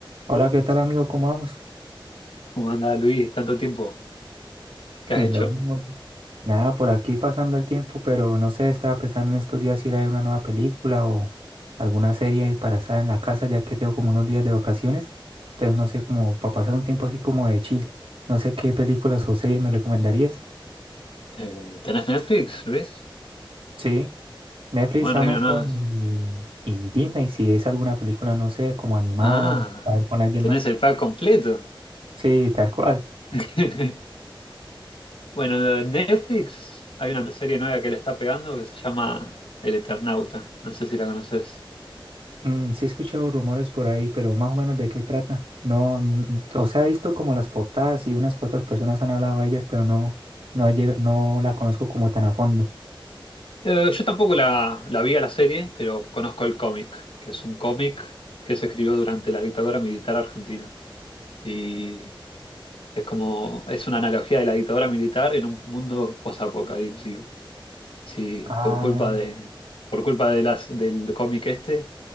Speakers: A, on the right (about 90°); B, on the left (about 80°).
A: Hola, ¿qué tal amigo? ¿Cómo vamos?
B: ¿Cómo anda Luis? Tanto tiempo.
A: <laughs>
B: ¿Qué
A: Lo
B: has hecho?
A: mismo. Nada, por aquí pasando el tiempo, pero no sé, estaba pensando en estos días si ir a ver una nueva película o alguna serie para estar en la casa, ya que tengo como unos días de vacaciones. Entonces, no sé, como para pasar un tiempo así como de chill. No sé qué películas o series me recomendarías.
B: Eh, ¿tenés Netflix, Luis?
A: Sí, Netflix,
B: Bueno,
A: Amazon
B: hay una nueva.
A: y, y Disney, si es alguna película, no sé, como animada,
B: Ah,
A: a ver con alguien
B: tenés
A: más.
B: el pack completo.
A: Sí, tal cual.
B: <laughs> Bueno, de Netflix hay una serie nueva que la está pegando que se llama El Eternauta. No sé si la conoces.
A: Mm, sí he escuchado rumores por ahí, pero más o menos de qué trata. No, n- o sea, he visto como las portadas y unas que otras personas han hablado de ellas, pero no, no, he llega- no la conozco como tan a fondo.
B: Eh, yo tampoco la, la vi a la serie, pero conozco el cómic, que es un cómic que se escribió durante la dictadura militar argentina. Y es como, es una analogía de la dictadura militar en un mundo posapocalíptico. Sí,
A: Ah,
B: por culpa de, por culpa de las, del cómic este,